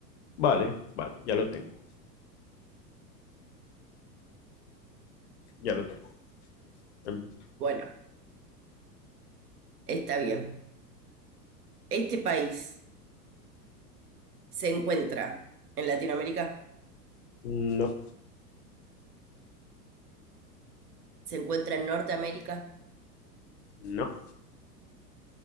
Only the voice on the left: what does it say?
Vale, vale, ya lo tengo, ya lo tengo. Em,
No,
no,